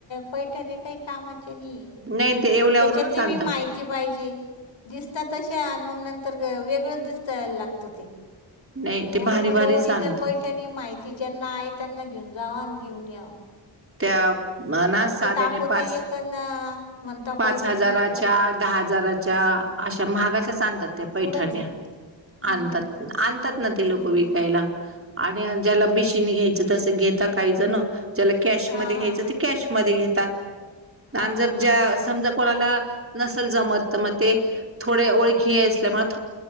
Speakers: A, on the left; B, on the right.
A: पैठण काही कामाची नाही,
B: नाही ते येवल्यावरूनच
A: त्याच्यातली
B: आणता
A: बी माहिती पाहिजे दिसतात तशा आणि मग नंतर वेगळंच दिसत लागतं ते
B: नाही
A: म्हणून
B: ते भारी
A: म्हटलं
B: भारीच
A: ओरिजनल
B: आणतात
A: पैठणी माहिती ज्यांना आहे त्यांना घेऊन जाऊ आणि घेऊन यावं
B: त्या म्हना साध्याने
A: दाखवता
B: पाच
A: एकंदा म्हणता
B: पाच
A: पैठणी
B: हजाराच्या दहा हजाराच्या अशा महागाची आणतात त्या पैठणी
A: पुढंच आहे हम्म
B: आणतात, आणतात ना ते लोक
A: हम्म
B: विकायला. आणि ज्याला भिशीने घ्यायचं तस घेता काही जण ज्याला कॅश
A: हा
B: मध्ये घ्यायच
A: हा हा
B: ते कॅशमध्ये घेतात.
A: हा
B: आणि जर
A: हा हा
B: ज्या समजा कोणाला नसेल जमत, तर मग ते थोडे ओळखी असले मग विचार